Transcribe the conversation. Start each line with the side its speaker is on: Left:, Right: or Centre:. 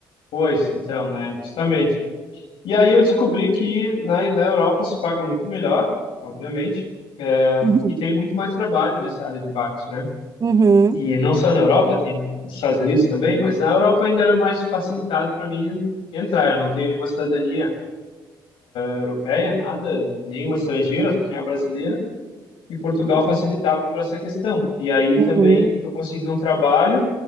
Left: pois, então, né, justamente. E aí eu descobri que na, na Europa se paga muito melhor, obviamente, é,
Right: Uhum.
Left: e tem muito mais trabalho nessa área de barcos, né?
Right: Uhum.
Left: E não só na Europa, tem nos Estados Unidos também, mas na Europa ainda era mais facilitado para mim entrar. Eu não tenho nenhuma cidadania europeia, nada, nenhuma estrangeira, só tem a brasileira, e Portugal facilitava para essa questão. E aí
Right: Uhum.
Left: também eu consegui um trabalho